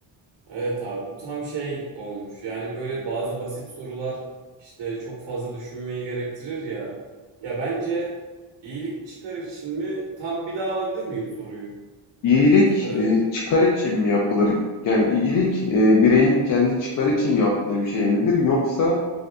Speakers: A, on the right; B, on the left.
A: Evet abi bu tam şey olmuş. Yani böyle bazı basit sorular işte çok fazla düşünmeyi gerektirir ya. Ya bence iyilik çıkar için mi? Tam bir daha alabilir miyim soruyu?
B: İyilik
A: Çıkar.
B: e, çıkar için mi yapılır? Yani iyilik e, bireyin kendi çıkar için yaptığı bir şey midir yoksa